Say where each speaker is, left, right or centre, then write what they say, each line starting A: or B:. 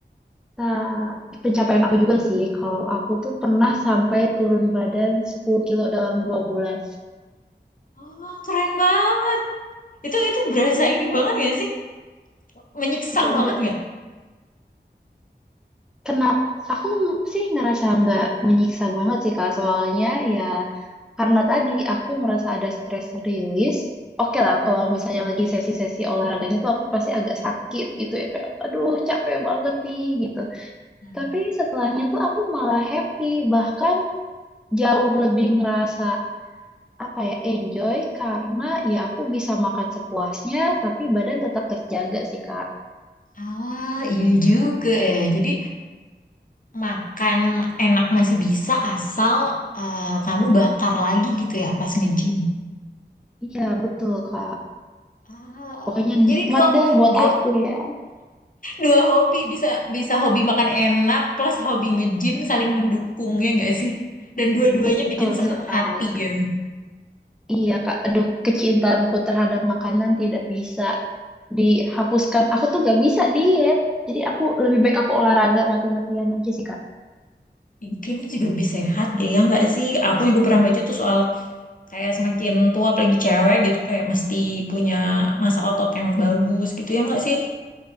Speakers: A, in the centre; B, on the left.
A: ta- pencapaian aku juga sih. Kalau aku tuh pernah sampai turun badan 10 kilo dalam dua bulan.
B: Oh, keren banget. Itu itu berasa
A: Ini
B: ini banget gak sih? Menyiksa
A: itu
B: banget
A: ba- kenapa? Aku sih ngerasa nggak menyiksa banget sih kak. Soalnya ya Karena tadi aku merasa ada stress release. Oke lah, kalau misalnya lagi sesi-sesi olahraganya tuh aku pasti agak sakit gitu ya. Kayak, aduh capek banget nih gitu.
B: Mhm.
A: Tapi setelahnya tuh aku malah happy. Bahkan jauh lebih ngerasa apa ya, enjoy. Karena ya aku bisa makan sepuasnya, tapi badan tetap terjaga sih, Kak.
B: Ah, iya juga ya. Jadi makan enak masih bisa asal eh, kamu bakar lagi gitu ya pas nge-gym.
A: Iya, betul, Kak.
B: Ah,
A: Pokoknya
B: jadi
A: nikmat
B: dua
A: deh buat
B: dua
A: aku ya.
B: dua hobi bisa bisa hobi makan enak plus hobi nge-gym saling mendukungnya nggak sih? Dan dua-duanya
A: Betul
B: bikin seneng
A: sekali.
B: hati ya.
A: Iya, Kak. Aduh, kecintaanku terhadap makanan tidak bisa dihapuskan. Aku tuh gak bisa diet. Jadi aku lebih baik aku olahraga mati-matian aja sih, Kak.
B: Kayaknya juga lebih sehat deh ya nggak sih? Aku juga pernah baca tuh soal kayak semakin tua apalagi cewek gitu kayak mesti punya masa otot yang bagus gitu ya nggak sih?